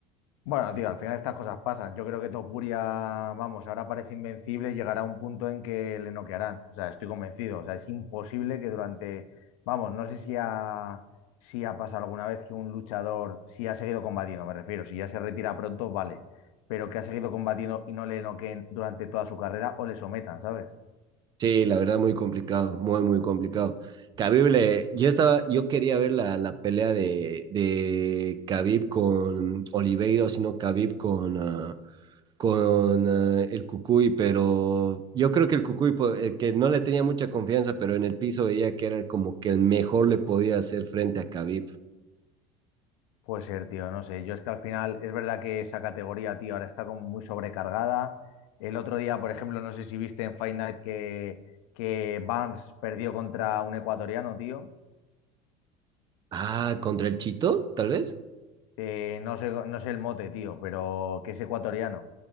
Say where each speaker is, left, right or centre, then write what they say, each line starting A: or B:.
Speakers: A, on the left; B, on the right.
A: Bueno, tío, al final estas cosas pasan. Yo creo que Topuria, vamos, ahora parece invencible y llegará un punto en que le noquearán. O sea, estoy convencido. O sea, es imposible que durante, vamos, no sé si ha, si ha pasado alguna vez que un luchador, si ha seguido combatiendo, me refiero, si ya se retira pronto, vale, pero que ha seguido combatiendo y no le noqueen durante toda su carrera o le sometan, ¿sabes?
B: Sí, la verdad, muy complicado, muy, muy complicado. Khabib, le- yo estaba, yo quería ver la, la pelea de, de Khabib con Oliveira, o si no, Khabib con, ah, con eh, el Cucuy, pero yo creo que el Cucuy, po- eh, que no le tenía mucha confianza, pero en el piso veía que era como que el mejor le podía hacer frente a Khabib.
A: Puede ser, tío, no sé. Yo es que al final es verdad que esa categoría, tío, ahora está como muy sobrecargada. El otro día, por ejemplo, no sé si viste en Fight Night que, que Barnes perdió contra un ecuatoriano, tío.
B: Ah, contra el Chito, tal vez.
A: Eh, no sé, no sé el mote, tío, pero que es ecuatoriano.